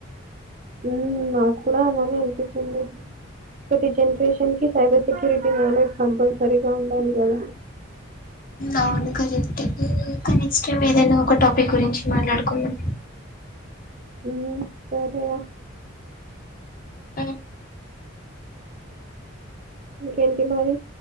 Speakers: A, on the right; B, on the left.
A: ఉ నాకు కూడా అలానే అనిపించింది. ప్రతి జనరేషన్ కి సైబర్ సెక్యూరిటీ మేనేజ్ కంపల్సరీగా ఉండాలి కదా.
B: అవును కదతే ఇంకా నెక్స్ట్ టైమ్ ఏదైనా ఒక టాపిక్ గురించి మాట్లాడుకున్నాం.
A: ఊ సరయా
B: అ
A: ఇంకేంటి మరి